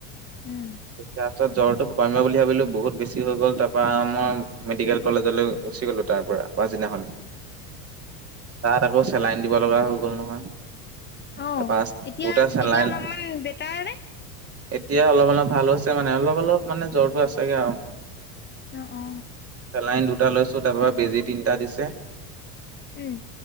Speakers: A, on the left (about 25°); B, on the right (about 30°).
A: উম
B: তাৰপিছত জ্বৰটো। কমিব বুলি ভাবিলোঁ বহুত বেছি হৈ গ'ল তাৰপৰা আ মই মেডিকেল কলেজলৈ গুচি গ'লোঁ তাৰপৰা। পাছদিনাখন, তাত আকৌ চেলাইন দিব লগা হৈ গ'ল নহয়।
A: অ
B: তাৰপা
A: এতিয়া
B: দুটা চেলাইন
A: এতিয়া অলপমান বেটাৰ নে।
B: এতিয়া অলপ অলপ ভাল হৈছে মানে অলপ অলপ মানে জ্বৰটো আছেগে আৰু।
A: অ অ
B: চেলাইন দুটা লৈছো তাৰ পৰা বেজি তিনটা দিছে
A: উম